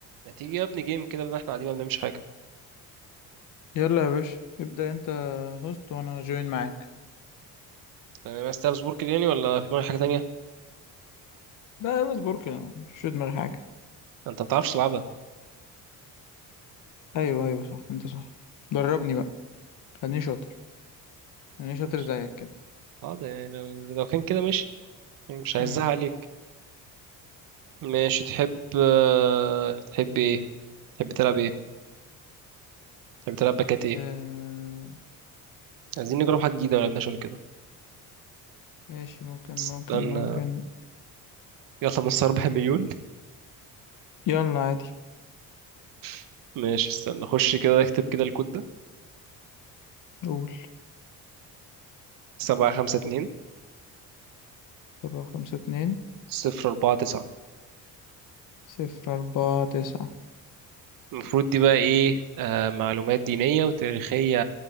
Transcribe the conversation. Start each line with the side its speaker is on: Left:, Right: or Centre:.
Right: ما تيجي يا ابني جيم كده بدل ما احنا قاعدين ما بنعملش حاجه
Left: يلا يا باشا ابدأ انت هوست وانا جوين معاك
Right: تمام عايز تلعب سبورك يعني ولا في دماغك حاجه تانية
Left: لا يلا اصبر كده مش في دماغي حاجة
Right: انت ما بتعرفش تلعبها
Left: ايوه ايوه صح انت صح دربني بقى خليني شاطر خليني شاطر
Right: ماشي
Left: زيك كده
Right: حاضر يعني لو, لو كان كده ماشي مش عايزها
Left: امم
Right: عليك ماشي تحب آه، تحب ايه تحب تلعب ايه تحب تلعب باكات ايه
Left: آه...
Right: عايزين نجرب حاجه جديده ما لعبناش قبل كده
Left: ماشي ممكن
Right: استنى
Left: ممكن ممكن
Right: يلا من 4 مليون
Left: يلا عادي
Right: <laughs> ماشي استنى خش كده اكتب كده الكود ده
Left: قول
Right: سبعة خمسة اتنين
Left: سبعة خمسة اتنين
Right: صفر أربعة تسعة
Left: صفر أربعة تسعة
Right: المفروض دي بقى ايه آه معلومات دينية وتاريخية